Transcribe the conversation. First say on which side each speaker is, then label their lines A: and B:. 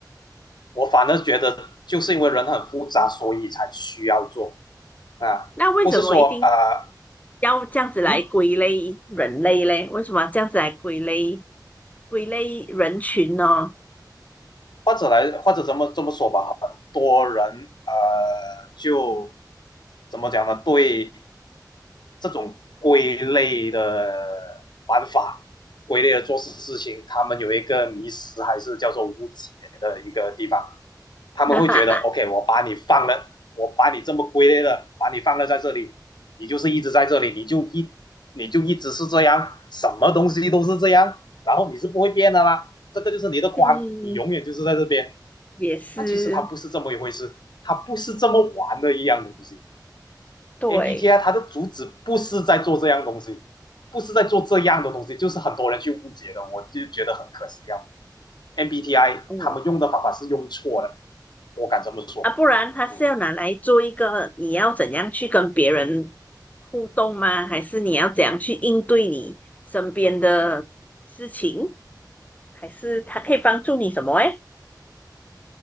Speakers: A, on the left; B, on the left.
A: 我反而觉得就是因为人很复杂，所以才需要做啊，
B: 那为什么一定
A: 不是说啊、呃
B: 要这样子来归类人类嘞？
A: 嗯。
B: 为什么要这样子来归类归类人群呢？
A: 或者来，或者怎么这么说吧，很多人呃，就怎么讲呢？对这种归类的玩法、归类的做事事情，他们有一个迷失，还是叫做误解的一个地方。他们会觉得，OK，
B: <laughs> 哈哈哈，
A: 我把你放了，我把你这么归类了，把你放了在这里，你就是一直在这里，你就一你就一直是这样，什么东西都是这样，然后你是不会变的啦。这个就是你的框，
B: 嗯，
A: 你永远就是在这边。
B: 也是
A: 那其实它不是这么一回事，它不是这么玩的一样东西。
B: 对，
A: MBTI 它的主旨不是在做这样东西，不是在做这样的东西，就是很多人去误解的，我就觉得很可惜啊。MBTI
B: 嗯，
A: 他们用的方法是用错的，我敢这么说。
B: 啊，不然他是要拿来做一个你要怎样去跟别人
A: 嗯，
B: 互动吗？还是你要怎样去应对你身边的事情？还是他可以帮助你什么？诶，